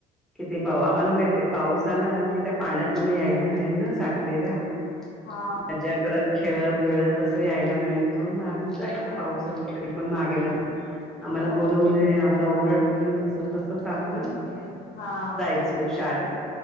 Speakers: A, in the centre; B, on the left.
A: किती पाऊ
B: ओ
A: आम्हाला माहित आहे पाऊस आला कि त्या पाण्यातला मग यायला मिळेल ना साठलेल्या
B: हा
A: मजा करत, खेळत, बिळत असं यायला मिळेल म्हणून न आम्ही जायचो,
B: अ
A: पाऊस असला तरी पण मागे लागुन, आम्हाला
B: हो
A: बोलवलंय, आम्हाला ओरडतील अस तसं सांगून
B: हो रडते हा
A: जायचो शाळेत.